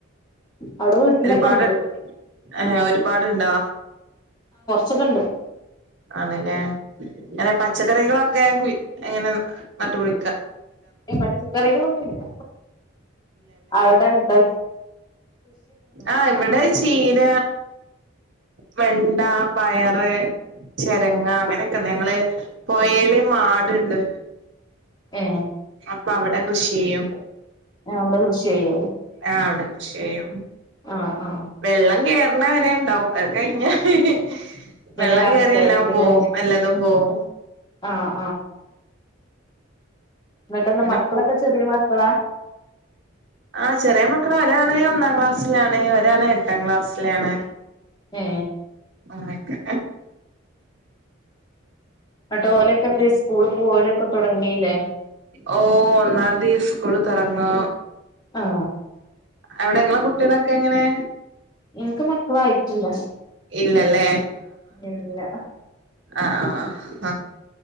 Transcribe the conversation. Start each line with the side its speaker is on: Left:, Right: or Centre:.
Left: അവിടെ വീട്ടിലൊക്കെ
Right: ഒരുപാട്
Left: ഉണ്ട്
Right: ഏ ഒരുപാടുണ്ടാ
Left: സുഖമുണ്ട്
Right: ആണല്ലേ അങ്ങനെ പച്ചക്കറികളൊ എങ്ങനെ നട്ടുപൊളിക്ക
Left: പച്ചക്കറികളൊന്നുംയില്ല അവിടെന്താ
Right: ആ ഇവിടെ ചീര വെണ്ട പയറ് ചെരങ്ങ അങ്ങനെയൊക്കെ ഞങ്ങള് പൊയേല് മാടുണ്ട്
Left: ഏ
Right: അപ്പൊ അവിടെ കൃഷി ചെയ്യും.
Left: ആ അവിടെ കൃഷി ചെയ്യുവോ
Right: ആ അവിടെ കൃഷി ചെയ്യും
Left: ആഹ് ആഹ്
Right: വെള്ളം കേറ് എണ വരെ ഉണ്ടാവും അത് കഴിഞ്ഞാല്
Left: പിന്നെ
Right: വെള്ളം
Left: കണക്കായിരിക്കുംല്ലേ
Right: കേറിയ എല്ലാം പോവും എല്ലാതും പോവും
Left: ആഹ് എന്നിട്ടന്ന
Right: പിന്നെ
Left: മക്കളൊക്കെ ചെറിയ മക്കളാ
Right: ആ ചെറിയ മക്കളാ ഒരാള് ഒന്നാം ക്ലാസ്സിലാണ് ഒരാള് എട്ടാം ക്ലാസ്സിലാണ്
Left: ഏ
Right: ആനക്കെ
Left: ആട്ടോ ഓലക്കെല്ല സ്കൂള് പോലൊക്കെ തുടങ്ങി ല്ലേ
Right: ഓ ഒന്നാംതീ സ്കൂള് തുറന്നു
Left: ആ
Right: അവിടെങ്ങളെ കുട്ടികളൊക്കെ എങ്ങനെ
Left: എനക്ക് മക്കളായിട്ടില്ല
Right: ഇല്ലല്ലേ
Left: ഇല്ല
Right: ആ ആ ആ